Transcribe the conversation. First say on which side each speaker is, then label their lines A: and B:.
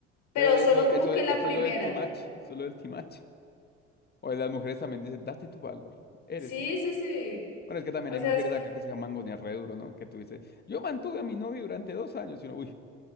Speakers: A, on the left; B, on the left.
A: pero
B: pero eso,
A: solo
B: eso,
A: como que
B: eso
A: la primera.
B: es lo del timache, eso es lo del timache. O las mujeres también dicen, date tu valor, eres
A: Sí,
B: mucho.
A: sí, sí.
B: Bueno, es que también
A: O
B: hay
A: sea,
B: mujeres
A: es
B: acá que se mangonean re duro, ¿no? Que tú dices, yo mantuve a mi novio durante dos años. Y uno, uy,